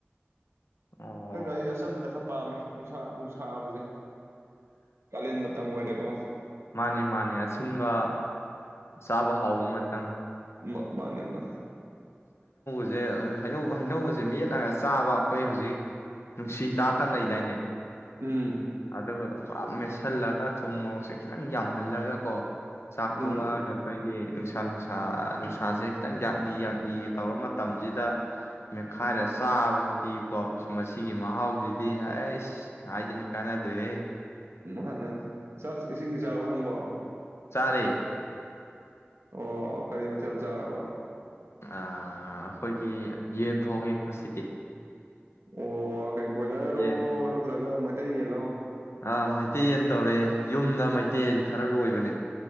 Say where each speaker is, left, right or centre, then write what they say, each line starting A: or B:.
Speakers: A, on the left; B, on the right.
A: ꯑꯣ
B: <unintelligible> ꯄꯥꯝꯃꯦ ꯅꯨꯡꯁꯥ ꯃꯨ ꯁꯥꯕꯁꯦ ꯀꯥꯂꯦꯟ ꯃꯇꯝ ꯑꯣꯏꯔꯦꯀꯣ
A: ꯃꯥꯅꯤ ꯃꯥꯅꯤ ꯑꯁꯤꯟꯕ ꯆꯥꯕ ꯍꯥꯎꯕ ꯃꯇꯝ
B: ꯃ ꯃꯥꯅꯦ ꯃꯥꯅꯦ
A: ꯖꯦ ꯍꯩꯅꯧ ꯍꯩꯅꯧꯒꯁꯦ ꯃꯦꯠꯂꯒ ꯆꯥꯕ ꯑꯩꯈꯣꯏ ꯍꯧꯖꯤꯛ ꯅꯨꯡꯁꯤꯍꯤꯗꯥꯛꯀ ꯂꯩꯗꯥꯏꯅꯦ
B: ꯎꯝ
A: ꯑꯗꯨꯒꯗꯣ ꯄꯨꯔꯥ ꯃꯦꯠꯁꯤꯜꯂꯒ ꯊꯨꯝ ꯃꯣꯔꯣꯛꯁꯦ ꯈꯤꯇꯪ ꯌꯥꯝꯍꯜꯂꯒ ꯀꯣ ꯆꯥꯛ
B: ꯎꯝ
A: ꯊꯣꯂꯛꯑꯒ ꯑꯈꯣꯏꯒꯤ ꯅꯨꯡꯁꯥ ꯅꯨꯡꯁꯥꯅꯨꯡꯁ ꯅꯨꯡꯁꯥꯁꯦ ꯈꯤꯇꯪ ꯌꯥꯛꯂꯤ ꯌꯥꯛꯂꯤꯒ ꯇꯧꯔ ꯃꯇꯝꯁꯤꯗ ꯃꯦꯠꯈꯥꯏꯔ ꯆꯥꯕꯁꯤꯗꯤꯀꯣ ꯃꯁꯤꯒꯤ ꯃꯍꯥꯎꯁꯤꯗꯤ ꯑꯁ ꯍꯥꯏꯗꯅ ꯀꯥꯟꯅꯗ꯭ꯔꯦꯍꯦ
B: <unintelligible> ꯅꯪꯕꯣ
A: ꯆꯥꯔꯦ
B: ꯑꯣ ꯀꯔꯤ ꯃꯊꯦꯜ ꯆꯥꯔꯕ
A: ꯑ ꯑꯩꯈꯣꯏꯒꯤ ꯌꯦꯟ ꯊꯣꯡꯉꯦ ꯉꯁꯤꯗꯤ
B: ꯑꯣ ꯀꯩ ꯑꯣꯏꯂꯔꯔꯣ
A: ꯌꯦꯟ
B: ꯅꯠꯇ꯭ꯔꯒ ꯃꯩ ꯀꯩꯌꯦꯂꯣ
A: ꯑꯥ ꯃꯩꯇꯩ ꯌꯦꯟ ꯇꯧꯔꯦ ꯌꯨꯝꯗ ꯃꯩꯇꯩ ꯌꯦꯟ ꯈꯔ ꯂꯣꯏꯕꯅꯦ